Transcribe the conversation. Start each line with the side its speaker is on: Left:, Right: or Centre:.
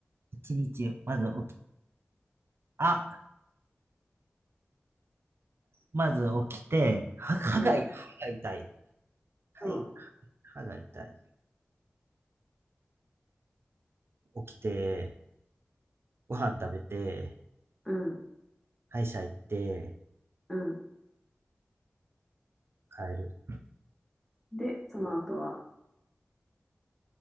Right: 一日、まず起き、あ、まず起きて、は歯が、
Centre: うん、
Right: 歯が痛い。はい、
Centre: そう、
Right: 歯が痛い。起きて、ご飯食べて、
Centre: うん、
Right: 歯医者行って、
Centre: うん。
Right: 帰る。
Centre: で、その後は、